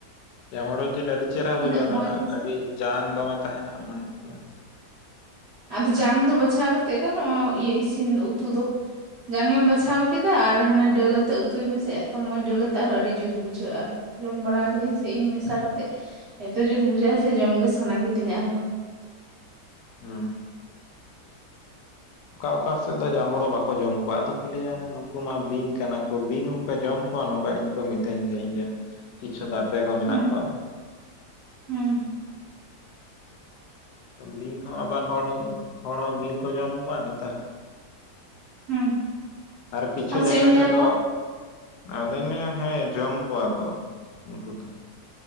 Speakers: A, on the left; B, on the right.
A: ᱡᱟᱢᱲᱩ ᱡᱤᱞ ᱟᱹᱰᱤ ᱪᱮᱦᱮᱨᱟ
B: ᱛᱤᱱᱟᱹᱜ
A: ᱵᱩᱡᱷᱟᱹᱜ-ᱟ
B: ᱢᱚᱸᱡᱽ
A: ᱟᱫᱚ ᱚᱱᱟ
B: ᱦᱮᱸᱥᱮ
A: ᱟᱹᱰᱤ, ᱡᱟᱝ ᱫᱚᱢᱮ ᱛᱟᱦᱮᱸᱱᱟ ᱚᱱᱟ ᱦᱩᱭᱩᱜ ᱠᱟᱱᱟ,
B: ᱟᱫᱚ ᱡᱟᱝ ᱫᱚ ᱵᱟᱪᱷᱟᱣ ᱠᱟᱛᱮᱫ ᱜᱟᱱᱚᱜ-ᱟ ᱤᱭᱟᱹ ᱤᱥᱤᱱ ᱩᱛᱩ ᱫᱚ, ᱡᱟᱝ ᱮᱢ ᱵᱟᱪᱷᱟᱣ ᱠᱮᱫᱟ ᱟᱨ ᱦᱟᱱᱮ ᱫᱟᱹᱞ ᱟᱛᱮ ᱩᱛᱩᱭ ᱢᱮᱥᱮ ᱮᱛᱚ ᱢᱚᱸᱡᱽ ᱰᱟᱹᱞ ᱟᱛᱮ ᱟᱨᱚᱸ ᱟᱹᱰᱤ ᱡᱩᱛ ᱵᱩᱡᱷᱟᱹᱜ-ᱟ᱾ ᱡᱚᱢ ᱵᱟᱲᱟ ᱟᱠᱟᱫᱟᱹᱧ ᱥᱮ ᱤᱧ ᱢᱮᱥᱟ ᱠᱟᱛᱮᱫ ᱮᱛᱚ ᱡᱩᱛ ᱵᱩᱡᱷᱟᱹᱜ-ᱟ ᱥᱮ ᱡᱚᱢ ᱜᱮ ᱥᱟᱱᱟ ᱠᱤᱫᱤᱧᱟ ᱟᱨᱦᱚᱸ,
A: ᱦᱩᱸ ᱚᱠᱟ ᱚᱠᱟ ᱥᱮᱫ ᱫᱚ ᱡᱟᱢᱲᱩ ᱵᱟᱠᱚ ᱡᱚᱢ ᱠᱚᱣᱟ ᱟᱫᱚ ᱠᱚ ᱞᱟᱹᱭᱟ ᱱᱩᱠᱩ ᱢᱟ ᱵᱤᱧ ᱠᱟᱱᱟ ᱠᱚ ᱵᱤᱧ, ᱯᱮ ᱡᱚᱢ ᱠᱚᱣᱟ ᱱᱚᱠᱟ ᱤᱧ ᱠᱚ ᱢᱤᱛᱟᱹᱧ ᱜᱮᱭᱟ ᱤᱧ ᱨᱮᱱ ᱠᱤᱪᱷᱩ ᱜᱟᱛᱮ ᱠᱚ ᱢᱮᱱᱟᱜ
B: ᱦᱩᱸ
A: ᱠᱚᱣᱟ,
B: ᱦᱩᱸ
A: ᱵᱤᱧ ᱦᱚᱸ ᱟᱵᱟᱨ ᱦᱚᱲᱚ ᱦᱚᱲ ᱦᱚᱸ ᱵᱤᱧ ᱠᱚ ᱡᱚᱢ ᱠᱚᱣᱟ ᱱᱮᱛᱟᱨ,
B: ᱦᱩᱸ
A: ᱟᱨ ᱠᱤᱪᱷᱩ
B: ᱟᱫᱚ
A: ᱡᱟᱭᱜᱟ
B: ᱪᱮᱫ ᱮᱢ ᱞᱟᱹᱭ
A: ᱥᱮᱫ
B: ᱟᱠᱚᱣᱟ
A: ᱫᱚ, ᱟᱫᱚᱧ ᱞᱟᱹᱭᱟ ᱦᱮᱸ ᱡᱚᱢ ᱠᱚᱣᱟ ᱠᱚ ᱩᱱᱠᱩ ᱫᱚ,